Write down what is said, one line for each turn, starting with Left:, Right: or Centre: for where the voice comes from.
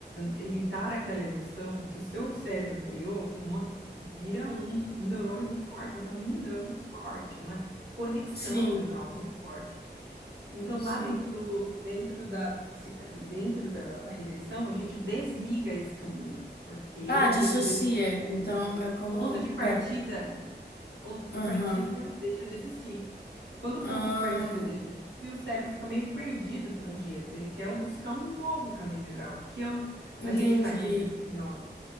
Right: evitar aquela emoção que o seu cérebro criou, uma, vira um, um neurônio muito forte, um caminho neural muito forte, uma conexão
Left: Sim,
Right: neural muito forte. Então,
Left: sim.
Right: lá dentro do, dentro da, psica- dentro da, da regressão, a gente desliga esse caminho, porque
Left: Ah, dissocia.
Right: ele deixa o
Left: Então é como.
Right: ponto de partida.
Left: Pera.
Right: Ponto de
Left: Aham.
Right: partida deixa de existir. Quando o
Left: Ah,
Right: ponto de partida deixa de existir, o cérebro fica meio perdido por uns dias. Ele quer um- buscar um novo caminho neural, que é o-
Left: entendi.
Right: a gente faz dentro de hipnose.